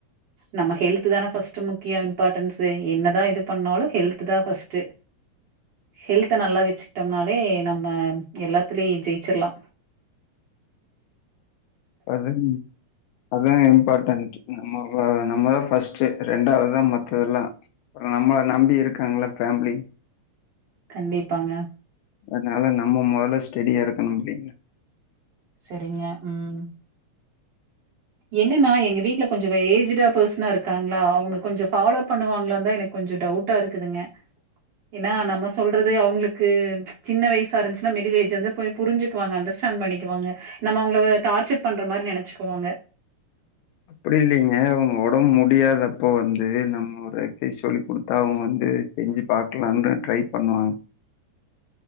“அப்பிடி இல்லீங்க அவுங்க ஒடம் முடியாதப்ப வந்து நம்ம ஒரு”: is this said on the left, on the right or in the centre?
Left